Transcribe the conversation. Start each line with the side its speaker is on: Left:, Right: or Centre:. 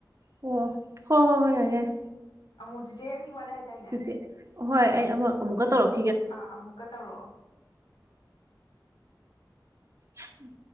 Right: ꯑꯣ ꯍꯣ ꯍꯣ ꯍꯣꯏ ꯌꯥꯏ ꯌꯥꯏ
Left: ꯑꯃꯨꯗꯨ ꯆꯦ ꯑꯅꯤ ꯋꯥꯠꯂꯦ ꯍꯥꯏꯇꯥꯅꯦ
Right: ꯏꯆꯦ ꯍꯣꯏ ꯑꯩ ꯑꯃꯨꯛ ꯑꯃꯨꯛꯀꯧꯔꯛꯀꯦ
Left: ꯑꯥ ꯑꯃꯨꯀ ꯇꯧꯔꯑꯣ
Right: ꯎꯝ